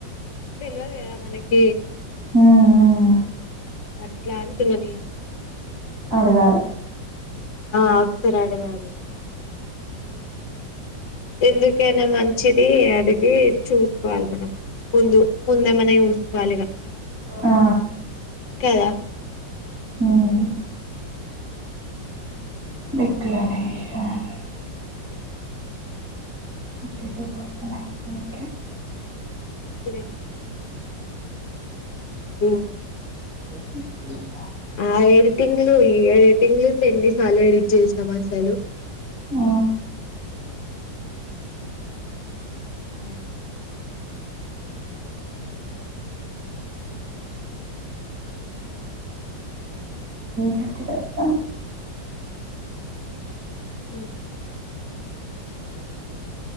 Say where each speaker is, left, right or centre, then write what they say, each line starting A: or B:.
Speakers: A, on the left (about 70°); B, on the right (about 75°).
A: తెల్వదు కదా మనకి
B: మ్మ్, మ్మ్.
A: అట్లా అంటున్న నేను
B: అడగాలే
A: ఆ ఆకురడగాలి ఏంది కేనా మంచిది అడిగి చూ పాల్ మనం ముందు ముందు ఏమన్నా చూసుకోవాలి ఇంగ
B: ఆ,
A: కదా
B: ఉమ్ డిక్లరేషన్ అటు ఇటు వర్క్ ఉన్నాయ్ ఓక్కే
A: పిచ్చి లేప్తా ఉంది ఎంలే ఉకే
B: <unintelligible>
A: ఆ ఎడ్తిన్లే ఏ పెళ్లి పెళ్లి సాలడించేసినామా అసలు
B: ఆ
A: వే
B: పిచ్చిలెక్క
A: హ్మ్